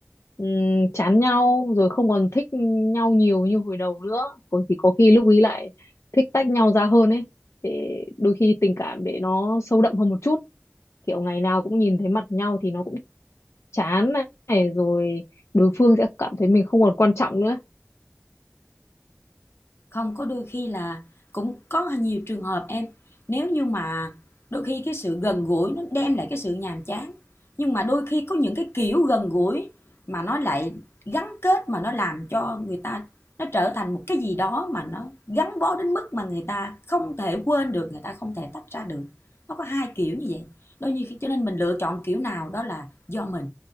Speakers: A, on the left; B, on the left.
A: ừm, chán nhau rồi không còn thích nhau nhiều như hồi đầu nữa còn thì có khi lúc ý lại thích tách nhau ra hơn ấy để đôi khi tình cảm để nó sâu đậm hơn một chút kiểu ngày nào cũng nhìn thấy mặt nhau thì nó cũng chán này rồi đối phương sẽ cảm thấy mình không còn quan trọng nữa
B: không có đôi khi là cũng có nhiều trường hợp em nếu như mà đôi khi cái sự gần gũi nó đem lại cái sự nhàm chán nhưng mà đôi khi có những cái kiểu gần gũi mà nó lại gắn kết mà nó làm cho người ta nó trở thành một cái gì đó mà nó gắn bó đến mức mà người ta không thể quên được người ta không thể tách ra được nó có hai kiểu như vậy đôi khi cho nên mình lựa chọn kiểu nào đó là do mình